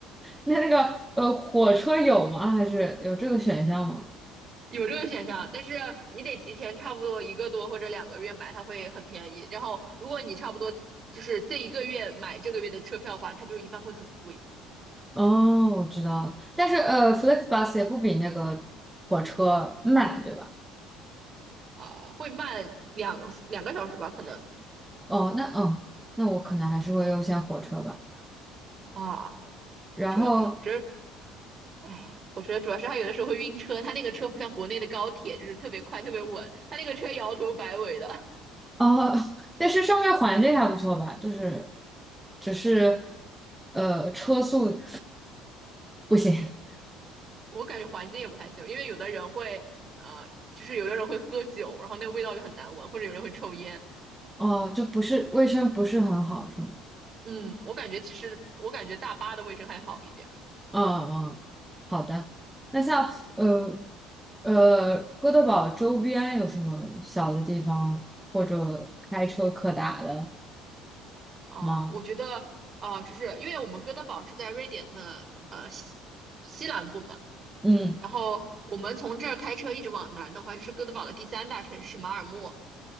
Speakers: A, in the centre; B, on the right.
A: 那那个呃，火车有吗？还是有这个选项吗？
B: <laughs> 有这个选项。但是你得提前差不多一个多或者两个月买，它会很便宜。然后如果你差不多就是这一个月买这个月的车票的话，它就一般会很贵，
A: 哦，我知道了，但是呃 f l e x b u s 也不比那个火车慢，对吧？
B: 啊、会慢两两个小时吧，可能
A: 哦，那哦，那我可能还是会优先火车吧。
B: 啊。
A: 然后
B: 火车，火车，哎，我觉得主要是他有的时候会晕车，他那个车不像国内的高铁，就是特别快、特别稳，他那个车摇头摆尾的，
A: 哦，<laughs> 但是上面环境还不错吧？就是只是呃，车速不行
B: <laughs> 我感觉环境也不太行，因为有的人会，呃，就是有的人会喝酒，然后那个味道就很难闻，或者有人会抽烟。
A: 哦，就不是卫生不是很好，是吗？
B: 嗯，我感觉其实我感觉大巴的卫生还好一点。
A: 嗯嗯，好的。那像呃
B: 嘿嘿，
A: 呃，哥德堡周边有什么小的地方或者开车可打的
B: 啊、
A: 吗？
B: 我觉得啊、呃就是因为我们哥德堡是在瑞典的呃西西南部嘛，
A: 嗯，
B: 然后我们从这儿开车一直往南的话，就是哥德堡的第三大城市马尔默。